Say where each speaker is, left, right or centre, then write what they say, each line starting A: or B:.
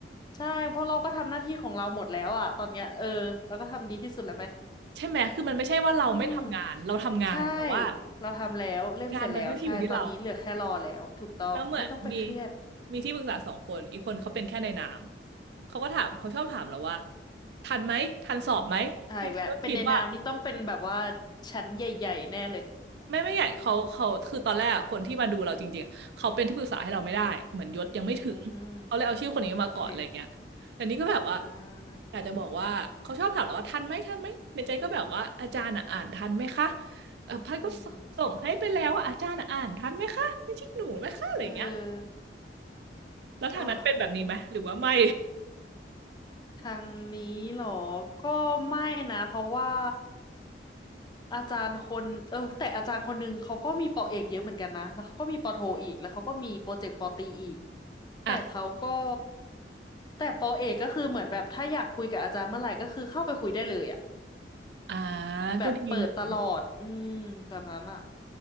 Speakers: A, on the left; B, on the right.
A: ใช่เพราะเราก็ทำหน้าที่ของเราหมดแล้วอ่ะตอนเนี้ยเออเราก็ทำดีที่สุดแล้วไหม
B: ๆใช่ไหมคือมันไม่ใช่ว่าเราไม่ทำงานเราทำงานแต่ว่า
A: อืมใช่เราทำแล้วเล่มเสร็จแล้วใช่ตอนนี้เหลือแค่รอแล้วถูกต้องไม่ต้องไปเครียด
B: งานมันไม่ได้อยู่ที่เรา แล้วเหมือนมีมีที่ปรึกษาสองคนอีกคนเขาเป็นแค่ในนามเขาก็ถามเขาชอบถามเราว่าทันไหมทันสอบไหมในทีก็คิดว่า
A: อ่าอีกแล้วเป็นในนามนี่ต้องเป็นแบบว่าชั้นใหญ่ๆแน่เลย
B: ไม่ไม่ใหญ่เขาเขาคือตอนแรกอะคนที่มาดูเราจริงๆอะเขาเป็นที่ปรึกษาให้เราไม่ได้เหมือนยศยังไม่ถึงเขาเลยเอาชื่อคนนี้มาก่อนอะไรเงี้ย
A: อืมโอเค
B: แต่นี่ก็แบบว่า
A: อ่า
B: อยากจะบอกว่าเขาชอบถามเราว่าทันไหมทันไหมในใจก็แบบว่าอาจารย์อ่ะอ่านทันไหมคะเออพัดก็สส่งให้ไปแล้วอ่ะอาจารย์อ่ะอ่านทันไหมคะไม่ใช่หนูไหมคะอะไรเงี้ย
A: อืมเออ
B: แล้วทางนั้นเป็นแบบนี้ไหมหรือว่าไม่
A: โอ้ ทางนี้เหรอ ก็ไม่นะเพราะว่าอาจารย์คนเออแต่อาจารย์คนหนึ่งเขาก็มีปอเอกเยอะเหมือนกันนะแล้วเขาก็มีปอโทอีกแล้วเขาก็มีโปรเจกต์ปอตรีอีกแต่เขาก็
B: อ่ะ
A: แต่ปอเอกก็คือเหมือนแบบถ้าอยากคุยกับอาจารย์เมื่อไหร่ก็คือเข้าไปคุยได้เลยอะ
B: อ่า
A: แบบเปิดตลอด
B: ก็ดีอยู่นะ
A: อืมแบบนั้นอ่ะ